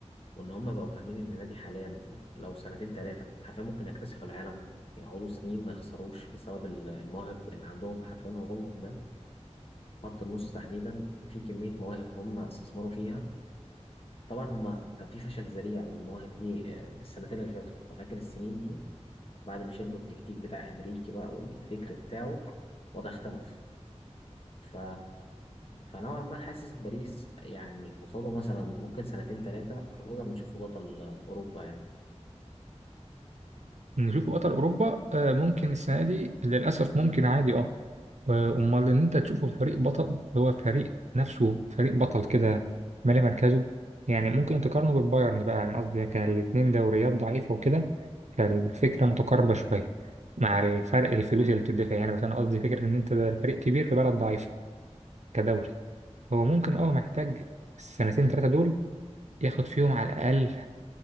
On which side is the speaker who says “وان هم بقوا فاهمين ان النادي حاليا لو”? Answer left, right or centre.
Left